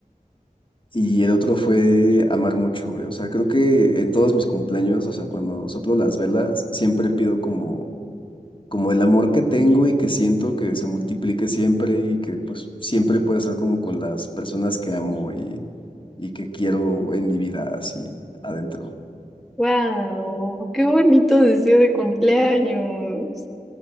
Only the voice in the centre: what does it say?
Wow, qué bonito deseo de cumpleaños.